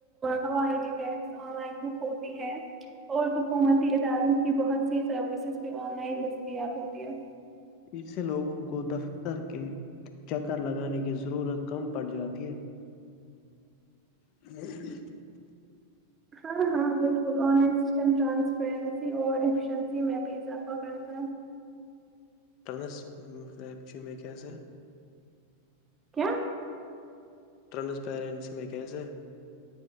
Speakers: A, on the right (about 20°); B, on the left (about 40°).
A: ہوائی کٹ- آن لائن بک ہوتی ہے اور حکومتی اداروں کی- بہت سی سروسز بھی آن لائن دستیاب ہوتی ہے-
B: اسے لوگوں کو دفتر کے- چکر لگانے کی ضرورت کم پڑ جاتی ہے- اور
A: ہاں- ہاں بالکل آن لائن سم رسپیرن میں بھیہہتر
B: ٹرانس اییپچ میں کی سا
A: کیا?
B: ٹرانسپیرنسی میں کیسے-